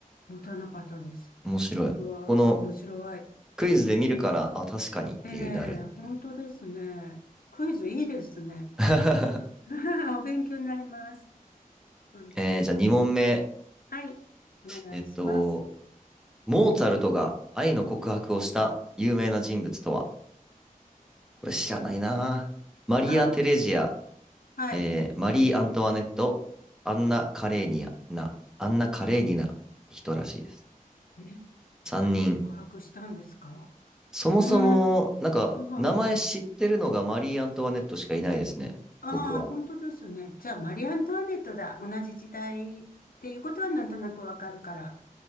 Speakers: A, on the left; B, in the centre.
A: 持たなかったです。
B: 面白い。
A: うわあ、
B: この
A: 面白い。
B: クイズで見るから、あ、確かにっていうなるっていう。
A: ええ、本当ですね。クイズいいですね。
B: <laughs>
A: <laughs> お勉強になります。本当。
B: えー、じゃあ2問目。
A: はい。お願いします。
B: えっと、モーツァルトが愛の告白をした有名な人物とはこれ知らないな。マリア・
A: あ、
B: テレジア、
A: はい。
B: えーマリー・アントワネット、アンナ・カレーニアな、アンナ・カレーニナ、人らしいです。
A: え、え
B: 3人。
A: 愛の告白したんですか
B: そもそも、
A: うん。
B: なんか、
A: はあ。
B: 名前知ってるのがマリー・アントワネットしかいないですね。
A: ああ、
B: 僕は。
A: 本当ですね。じゃあ、マリー・アントワネットだ。同じ時代っていうことはなんとなくわかるから。